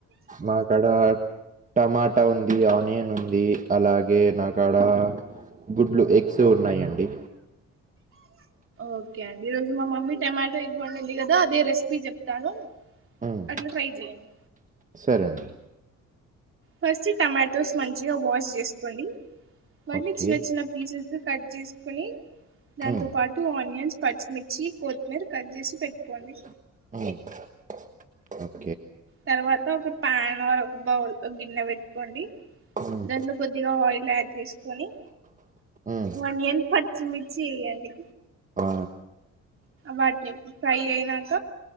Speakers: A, on the right; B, on the right.
A: నాకాడా టమాటా ఉంది. ఆనియన్ ఉంది. అలాగే నాకాడా గుడ్లు ఎగ్స్ ఉన్నాయండి.
B: ఓకే అండి ఈ రోజు మా మమ్మీ టమాటో ఎగ్ వండింది కదా అదే రెసిపీ చెప్తాను.
A: ఉమ్,
B: అట్లా ట్రై చేయండి.
A: సరే అండి
B: ఫస్ట్ టమాటోస్ మంచిగా వాష్ చేసుకోండి వాటిని
A: ఓకే
B: చిన్న చిన్న పీసెస్ కట్ చేసుకుని దాంతో
A: ఉమ్,
B: పాటు ఆనియన్స్, పచ్చిమి చ్చి కొత్తిమీర కట్ చేసి పెట్టుకోండి.
A: అ
B: తర్వాత ఒక ప్యాన్ ఒక బౌల్ గిన్నె పెట్టుకోండి.
A: ఉమ్,
B: దాంట్లో కొద్దిగా ఆయిల్ ప్లేట్ తీసుకొని
A: ఉమ్,
B: ఆనియన్ పచ్చిమిర్చి వేయండి.
A: ఆ
B: వాటిని ఎప్పుడు ఫ్రై అయినాక